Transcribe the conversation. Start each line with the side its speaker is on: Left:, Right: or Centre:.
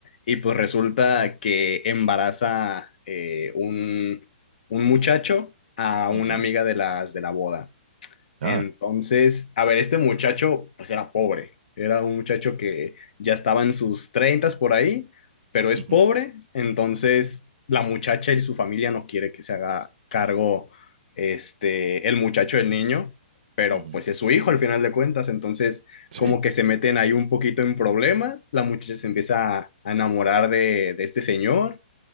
Left: y pues resulta que embaraza eh, un, un muchacho a una
Right: ujú,
Left: amiga de las de la boda. Entonces,
Right: Ah.
Left: a ver, este muchacho pues era pobre, era un muchacho que ya estaba en sus treintas por ahí, pero es
Right: ujú,
Left: pobre, entonces la muchacha y su familia no quiere que se haga cargo este el muchacho del niño, pero
Right: ujú,
Left: pues es su hijo al final de cuentas, entonces
Right: Sí.
Left: como que se meten ahí un poquito en problemas, la muchacha se empieza a a enamorar de, de este señor